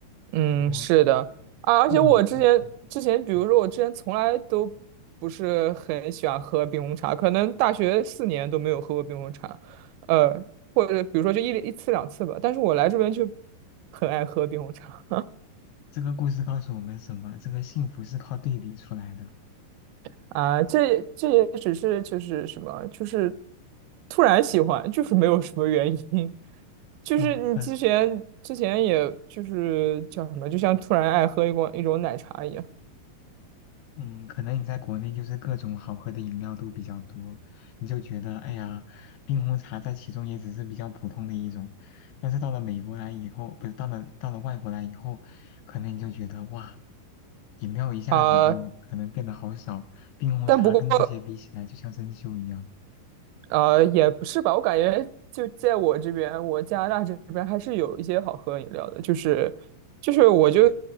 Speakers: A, on the right; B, on the left.
A: 嗯，
B: 不过，
A: 是的啊，而且我之前之前，
B: 或许你可以嗯
A: 比如说我之前从来都不是很喜欢喝冰红茶，
B: 嗯，
A: 可能大学四年都没有喝过冰红茶，呃，或者比如说就一一次两次吧。但是我来这边就很爱喝冰红茶
B: 这个故事告诉我们什么？这个幸福是靠对比出来的。
A: <laughs> 啊，这也这也只是就是什么，就是突然喜欢，就是没有什么原因，就是你之前之前也就是叫什么，
B: 嗯，很
A: 就像突然爱喝一罐一种奶茶一样。
B: 嗯，可能你在国内就是各种好喝的饮料都比较多，你就觉得哎呀，冰红茶在其中也只是比较普通的一种，但是到了美国来以后，不是到了到了外国来以后，可能你就觉得哇，饮料一下子就可能变得好少，
A: 啊、
B: 冰红茶跟这些比起来就像珍馐一样。
A: 但不过呃，也不是吧，我感觉就在我这边，我加拿大这边还是有一些好喝的饮料的，就是就是我就